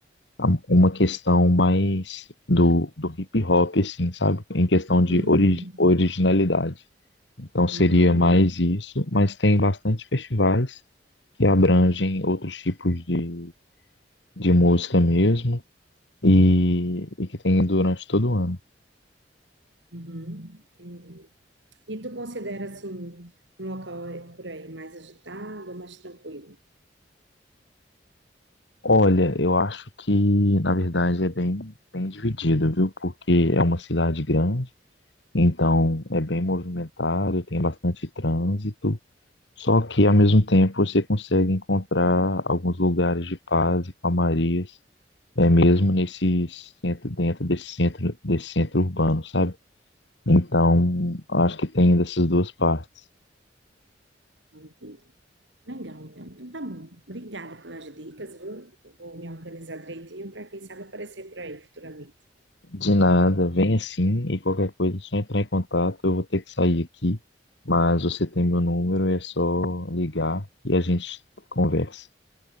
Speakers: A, on the left (about 70°); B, on the right (about 75°).
A: a uma questão mais do, do hip hop, assim, sabe? Em questão de
B: Uhum.
A: ori originalidade. Então
B: Uhum.
A: seria mais isso, mas tem bastante festivais que abrangem outros tipos de de música mesmo e, e que tem durante todo o ano.
B: Uhum, entendi. E tu considera assim um local é, por aí mais agitado ou mais tranquilo?
A: Olha, eu acho que na verdade é bem, bem dividido, viu? Porque é uma cidade grande, então é bem movimentado, tem bastante trânsito, só que ao mesmo tempo você consegue encontrar alguns lugares de paz e calmarias, é mesmo nesse centro, dentro desse centro, desse centro urbano, sabe? Então, acho que tem dessas duas partes.
B: Ah, entendi. Legal, então. Então tá bom. Obrigada pelas dicas, viu? Eu Vou me organizar direitinho para quem sabe aparecer por aí futuramente.
A: De nada, vem assim e qualquer coisa é só entrar em contato. Eu vou ter que sair aqui, mas você tem meu número, é só ligar e a gente conversa.